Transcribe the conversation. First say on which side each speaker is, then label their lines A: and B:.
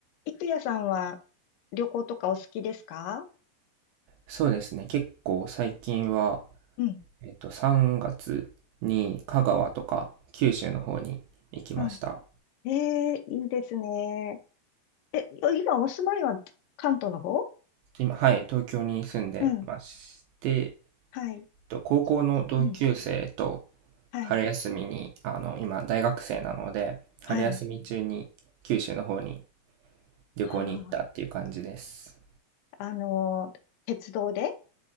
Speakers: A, on the left; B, on the right.
A: いくやさんは旅行とかお好きですか
B: そうですね。結構最近は、
A: うん、
B: えっと、3月に香川とか九州の方に行きました。
A: うん。ええいいですね。え、今お住まいは関東の方
B: 今、はい、東京に住んでまして、
A: うん、
B: えっ
A: はい、
B: と、高校の同級生と
A: うん、はい、
B: 春休みに、あの、今、大学生なので、春休み中に九州の方に
A: はい。
B: 旅行に行ったっていう感じです。
A: はあ、あのー鉄道で